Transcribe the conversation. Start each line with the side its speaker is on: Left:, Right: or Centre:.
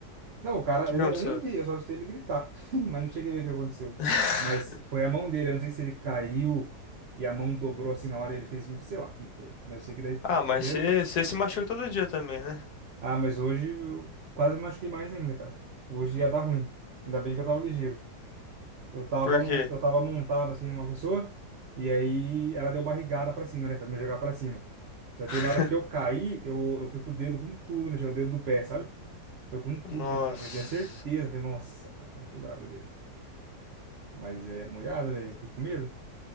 Right: Não, o cara,
Left: que
Right: eu
Left: aconteceu?
Right: nem, eu nem vi, eu só escutei ele gritar, <laughs> mas não cheguei a ver o que aconteceu.
Left: <laughs>
Right: Mas foi a mão dele, eu não sei se ele caiu e a mão dobrou assim na hora, ele fez muito, sei lá como foi. Mas eu sei que daí
Left: Ah,
Right: correram.
Left: mas você você se machuca todo dia também, né?
Right: Ah, mas hoje eu quase machuquei mais ainda, cara. Hoje ia dar ruim. Ainda bem que eu tava ligeiro. Eu tava,
Left: Por
Right: mon-
Left: quê?
Right: eu tava montado assim numa pessoa, e aí ela deu barrigada pra cima, né? Pra me jogar pra cima. Só que
Left: <laughs>
Right: aí na hora que eu caí, eu, eu fui com o dedo com tudo no chão, o dedo do pé, sabe? Foi com tudo
Left: Nossa.
Right: no chão, assim, eu tinha certeza. Falei, nossa, mano, vai quebrar meu dedo. Mas é molhado, velho, eu fiquei com medo.